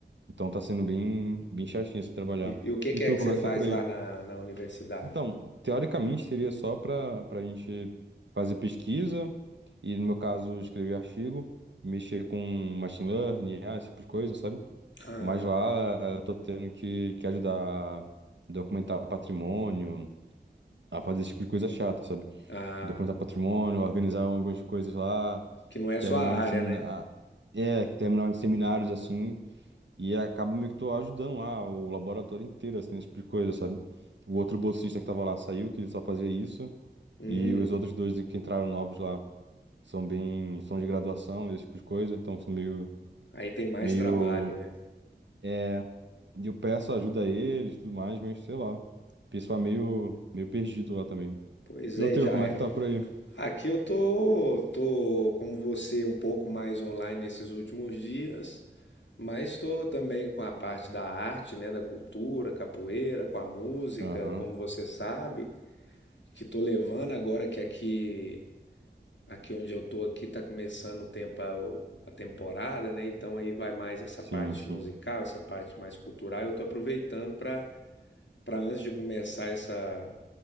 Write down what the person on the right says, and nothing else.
Então tá sendo bem, bem chatinho assim trabalhar.
E
tu,
como
é
que tá por
aí?
Então, teoricamente seria só para para a gente fazer pesquisa e, no meu caso, escrever artigo, mexer com machine learning, ah, esse tipo de coisa, sabe?
Mas lá eu tô tendo que, que ajudar a documentar patrimônio, a fazer esse tipo de coisa chata, sabe?
Documentar patrimônio, organizar algumas coisas lá,
terminar
em seminário.
É, terminar em seminários assim. E acaba meio que tô ajudando lá o laboratório inteiro, assim, nesse tipo de coisa, sabe? O outro bolsista que tava lá saiu, que ele só fazia isso.
E os outros dois que entraram novos lá são bem... São de graduação, esse tipo de coisa. Então, são meio...
Meio...
É... E eu peço ajuda a eles e tudo mais, mas sei lá. O pessoal é meio... Meio perdido lá também.
E
o teu,
como é que tá por aí?
Aham.
Sim,
sim.